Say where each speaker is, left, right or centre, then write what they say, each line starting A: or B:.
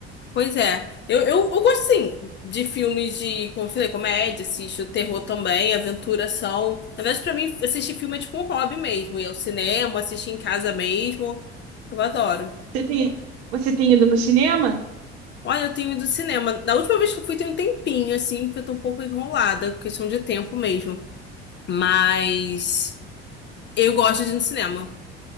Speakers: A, on the left; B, on the right.
A: Pois é. Eu, eu, eu gosto, sim, de filmes de, como eu falei, comédia, assisto terror também, aventura, ação. Na verdade, pra mim, assistir filme é tipo um hobby mesmo. Ir ao cinema, assistir em casa mesmo. Eu adoro.
B: Você tem, você tem ido no cinema?
A: Olha, eu tenho ido ao cinema. Na última vez que eu fui, tem um tempinho, assim, porque eu tô um pouco enrolada, questão de tempo mesmo. Mas eu gosto de ir no cinema.